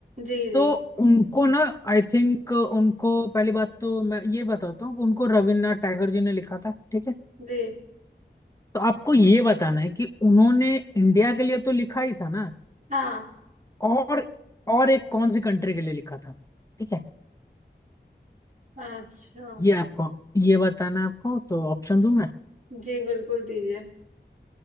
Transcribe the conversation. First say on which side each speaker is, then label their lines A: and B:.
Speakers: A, on the right; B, on the left.
A: जी जी
B: तो उनको ना आई थिंक उनको पहली बात तो मैं ये बताता हूँ कि उनको रविन्द्रनाथ टैगोर जी ने लिखा था ठीक है
A: जी
B: तो आपको ये बताना है कि उन्होंने इंडिया के लिए तो लिखा ही था ना
A: हाँ
B: और और एक कौन सी कंट्री के लिए लिखा था ठीक है
A: अच्छा
B: ये आपको ये बताना है आपको तो ऑप्शन दूं मैं
A: जी बिल्कुल दीजिए